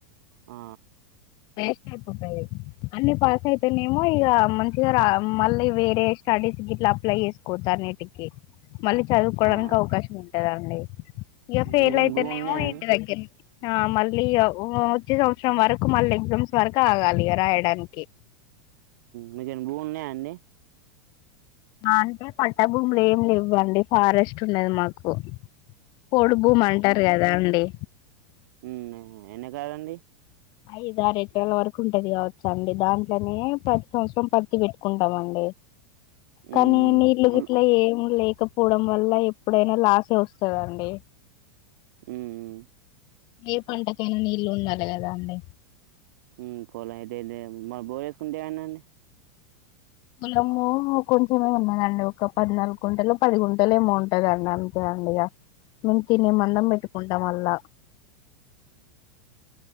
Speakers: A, on the right (about 65°); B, on the left (about 50°).
A: ఆ
B: వేస్ట్ అయిపోతాయి అన్ని పాస్ అయితేనేమో ఇక మంచిగా రా మళ్ళీ వేరే స్టడీస్ ఇట్లా అప్లై చేసుకోవచ్చు అన్నిటికి మళ్ళీ చదువుకోవడానికి
A: ఆ
B: అవకాశం ఉంటదండి. ఇక ఫెయిల్
A: మీకేమన్న
B: అయితేనేమో
A: భూములు ఉన్నాయా అండి
B: ఇంటి దగ్గరె ఆ మళ్ళీ వచ్చే సంవత్సరం వరకు మళ్ళీ <unintelligible> ఆగాలి ఇగ రాయడానికి
A: మీకేమన్న భూములు ఉన్నాయా అండి
B: అంటే పట్టాభూములు ఏమి లేవ్వండి ఫారెస్ట్ ఉందండి మాకు పోడు భూమి అంటారు కదా అండి
A: మ్మ్ ఎన్ని కాలండి
B: ఐదు, ఆరు ఎకరాల వరకు ఉంటది కావచ్చ అండి దాంట్లోనే ప్రతి సంవత్సరం ప తీ పెట్టుకుంటామండి
A: ఉమ్,
B: కానీ
A: ఉమ్,
B: నీళ్లు
A: పొల్
B: గిట్ల ఏం లే పోవడం వల్ల ఎప్పుడైనా లాసే వస్తదండి
A: ఉమ్, ఉమ్,
B: ఏ పంటకైనా నీళ్ళు ఉండాలి కదా అండి
A: మ్మ్ పోల అయితే <unintelligible> మన బోర్ వేసుకుంటే ఏమైందండీ
B: పొలము కొంచెమే ఉన్నదండి ఒక పద్నాలుగు గుంటలు పది గుంటలు ఏమో ఉంటందండి అంతే <unintelligible> మేము తిని మందం పెట్టుకుంటాం అల్లా